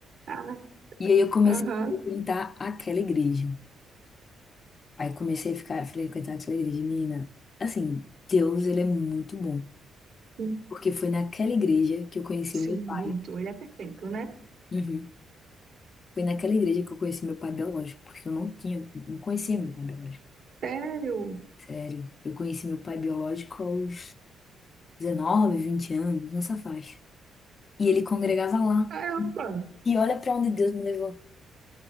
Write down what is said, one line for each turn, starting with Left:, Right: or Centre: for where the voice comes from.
Right: Ah,
Left: E aí eu comecei
Right: aham.
Left: a frequentar aquela igreja. Aí comecei a ficar, a frequentar aquela igreja, menina. Assim, Deus, ele é muito bom.
Right: Sim,
Left: Porque foi naquela igreja que eu conheci
Right: Sim,
Left: meu pai.
Right: muito. Ele é perfeito, né?
Left: Uhum. Foi naquela igreja que eu conheci meu pai biológico, porque eu não tinha, não conhecia meu pai biológico.
Right: Sério?
Left: Sério. Eu conheci meu pai biológico aos 19, 20 anos, nessa faixa. E ele congregava lá.
Right: Caramba!
Left: E olha pra onde Deus me levou.